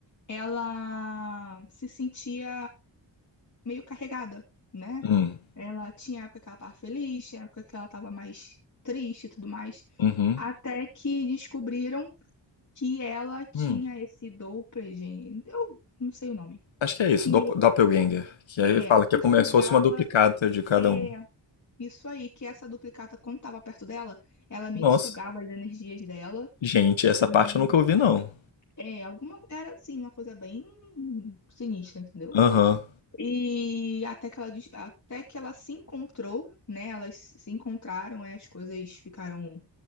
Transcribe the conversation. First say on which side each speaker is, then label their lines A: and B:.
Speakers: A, on the left (about 40°); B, on the left (about 80°).
A: ela se sentia meio carregada, né?
B: Hum.
A: Ela tinha época que ela tava feliz, tinha época que ela tava mais triste e tudo mais.
B: Uhum.
A: Até que descobriram que ela tinha
B: Hum.
A: esse Doppler, gente. Eu não sei o nome.
B: Acho que é isso,
A: Que
B: Dop- Doppelganger. Que aí
A: é,
B: fala que
A: que
B: é como
A: sugava.
B: se fosse uma duplicata de cada
A: É,
B: um.
A: isso aí, que essa duplicata, quando tava perto dela, ela meio
B: Nossa,
A: que sugava as energias dela.
B: gente, essa
A: E,
B: parte eu nunca ouvi, não.
A: é, alguma. Era assim, uma coisa bem sinistra, entendeu?
B: Aham.
A: E até que ela, des- até que ela se encontrou, né? Elas se encontraram, é, as coisas ficaram